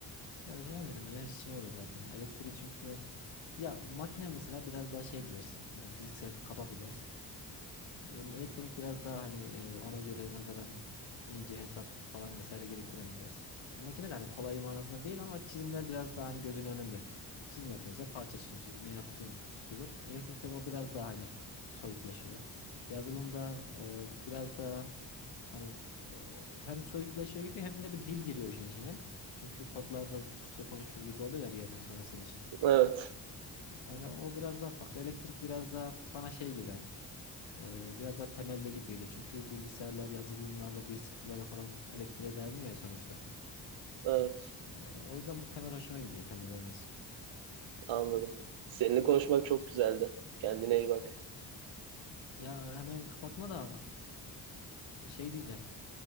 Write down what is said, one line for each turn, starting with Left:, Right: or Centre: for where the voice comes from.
Left: Ya hemen hemen her iş için öyle zaten ya. Elektriği çünkü ya makine mesela biraz daha şey bilir. e, Fiziksel kaba bilir. Elektronik biraz daha hani e, ona göre nazaran ince hesap falan vesaire gerektiren mi dersin? Ya makine de hani kolay manasında değil ama çizimler biraz daha hani gözün önünde. Çizim yapıyorsa parça çiziyor. Ne yaptığı tutulur. Elektrikte o biraz daha hani soyutlaşıyor. Yazılımda e, biraz daha hani o hem soyutlaşıyor gibi hem de bir dil giriyor işin içine. Çünkü kodlarda Türkçe konuşur gibi oluyor ya bir yerden sonra senin için.
Right: Evet.
Left: Yani o biraz daha farklı. Elektrik biraz daha bana şey geliyor. hani ee, biraz daha temelde gibi geliyor. Çünkü bilgisayarlar yazılımlarda bir sıfırlara falan elektriğe dayanıyor ya sonuçta.
Right: evet.
Left: Ee, o yüzden bu temel hoşuma gidiyor temel olması.
Right: Anladım. Seninle konuşmak çok güzeldi. Kendine iyi bak.
Left: Ya hemen kapatma da ee, şey diyeceğim.